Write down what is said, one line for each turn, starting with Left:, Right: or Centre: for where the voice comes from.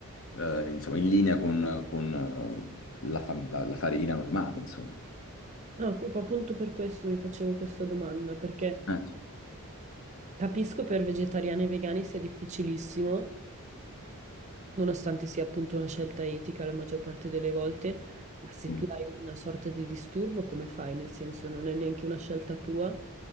Left: eh, insomma, in linea con, con, la, fa- la- la farina normale, insomma.
Right: No, appunto per questo mi facevo questa domanda, perché
Left: Eh,
Right: Capisco per vegetariani e vegani sia difficilissimo, nonostante sia appunto una scelta etica la maggior parte delle volte, ma se
Left: Sì.
Right: tu hai una sorta di disturbo, come fai? Nel senso, non è neanche una scelta tua